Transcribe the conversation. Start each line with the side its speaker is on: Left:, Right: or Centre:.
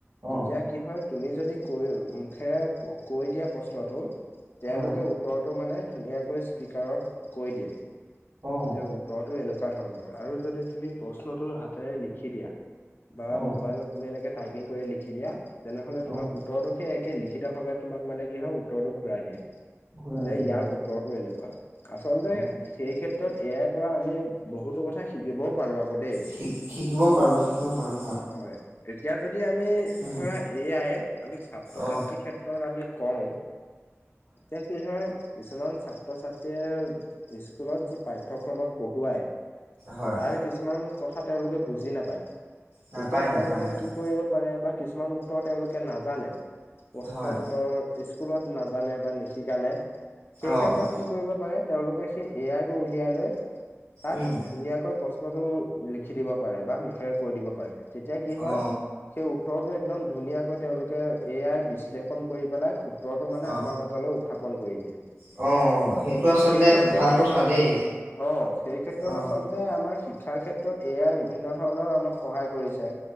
Left: তেতিয়া
Right: অ',
Left: কি হয়, তুমি যদি কৈও, মূখেৰে কৈ দিয়া প্ৰশ্নটো তেওঁলোকে
Right: হয়,
Left: উত্তৰটো মানে ধুনিয়াকৈ স্পিকাৰত কৈ দিয়ে,
Right: অ',
Left: যে উত্তৰটো এনেকুৱা ধৰণৰ। আৰু যদি তুমি প্ৰশ্নটো হাতেৰে লিখি দিয়া বা
Right: অ',
Left: মোবাইলত তুমি এনেকে টাইপিং কৰি লিখি দিয়া, তেনেহলে তোমাক
Right: অ',
Left: উত্তৰটো সেই একে লিখিত ভাৱে তোমাক মানে কি হয়, উত্তৰটো ঘূৰাই দিয়ে,
Right: ঘূৰাই
Left: যে
Right: দিয়ে
Left: ইয়াৰ
Right: অ',
Left: উত্তৰটো এনেকুৱা। আচলতে
Right: অ'।
Left: সেই ক্ষেত্ ত্ৰত এ আই পৰা আমি বহুতো কথা শিকিবও পাৰো আকৌ দেই।
Right: শিক শিকিব পাৰোঁ শিকিব পাৰোঁ
Left: হয়। এতিয়া যদি আমি
Right: উম।
Left: ধৰা এ আই আমি ছাত্ৰ-ছাত্ৰীৰ
Right: অ
Left: ক্ষেত্ৰত আমি কওঁ, এতিয়া কি হয় কিছুমান ছাত্ৰ-ছাত্ৰীয়ে স্কুলত যি পাঠ্যক্ৰমত পঢ়ুৱাই
Right: হয়
Left: তাৰ কিছুমান কথা তেওঁলোকে বুজি নাপায়।
Right: নাপায়
Left: তেতিয়া তেওঁলোকে
Right: নাপায় হয়
Left: কি কৰিব পাৰে বা কিছুমান উত্তৰ তেওঁলোকে নাজানে। প্ৰশ্ন
Right: হয়
Left: উত্তৰ ইস্কুলত নাজানে বা নিশিকালে সেই
Right: অ
Left: ক্ষেত্ৰত
Right: অ
Left: কি কৰিব পাৰে তেওঁলোকে সেই এ আই টো উলিয়াই লৈ তাত
Right: উম
Left: ধুনীয়াকৈ প্ৰশ্নতটো লিখি দিব পাৰে বা মুখেৰে কৈ দিব পাৰে, তেতিয়া কি হয়,
Right: অ
Left: সেই উত্তৰ একদম ধুনীয়াকৈ তেওঁলোকে এ য়াই বিশ্লেষণ কৰি পেলাই উত্তৰটো মানে
Right: অ
Left: আমাৰ মাজলৈ উঠাব ফোন কৰি দিয়ে।
Right: অ'। সেইটো আচলতে
Left: সেই ক্ষেত্ৰত
Right: ভাল কথা দেই
Left: অ', সেই ক্ষেত্ৰত
Right: অ
Left: আচলতে আমাৰ শিক শিক্ষাৰ ক্ষেত্ৰত এ য়াই বিভিন্ন ধৰণৰ আমাক সহায় কৰিছে।